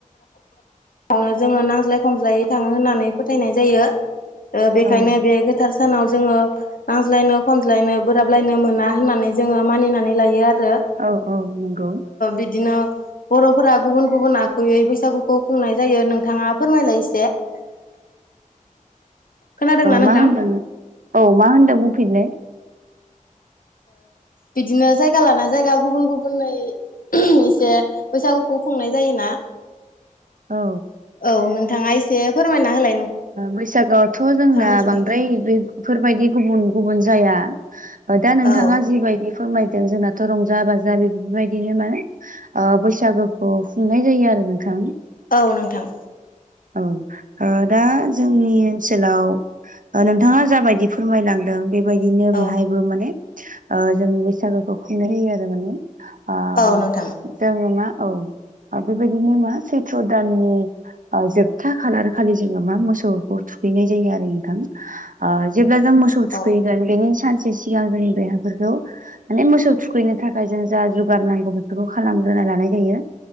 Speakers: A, on the left; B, on the right.
A: नो जोङो नांज्लाय खमज्लायै थाङो होननानै फोथायनाय जायो बेखायनो
B: औ
A: बे गोथार सानाव जोङो नांज्लायनो खनज्लायनो बोराबलायनो मोना होननानै जोङो मानिनानै लायो आरो।
B: औ औ नंगौ
A: बिदिनो बर'फोरा गुबुन गुबुन आखुयै बैसागुखौ खुंनाय जायो नोंथाङा फोरमायलाय एसे। <unintelligible> नोंथां?
B: मा होनदों औ मा होनदों बुंफिन
A: बिदिनो जायगा लाना जायगा गुबुन गुबुनै एसे बैसागुखौ खुंनाय जायोना?
B: औ।
A: औ नोंथाङा एसे। फोरमाय नागाय
B: बैसागोआवथ' जोंना
A: मिथिनायखौ
B: बांद्राय बे बेफोरबायदि गुबुन गुबुन जाया दा नोंथाङा
A: औ
B: जिबायदि फोरमायदों जोंनाथ' रंजा बाजा बेफोर बायदिनो माने बैसागोखौ खुंनाय जायो आरो नोंथां।
A: औ नोंथां।
B: औ दा जों जोंनि ओनसोलाव नोंथाङा जाबायदि फोरमायलांदों बेबायदिनो बेहाय।
A: औ
B: म जों बैसागोखौ खुंनाय जायो आरो म
A: औ नोंथां।
B: जोङो मा औ बेबायदिनो मा सैथ्र' दाननि जोबथा खालार। खालि जोङो मा मोसौखौ थुखैनाय जायो आरो नोंथां। जेब्ला जों मोसौ थुखैगोन
A: औ
B: बेनिनो सानसे सिगां जोनि बेहाफोरखौ माने मोसौ थुखैनो थाखाय जों जा जुगार नांगौ बेफोरखौ खालामग्रोना लानाय जायो।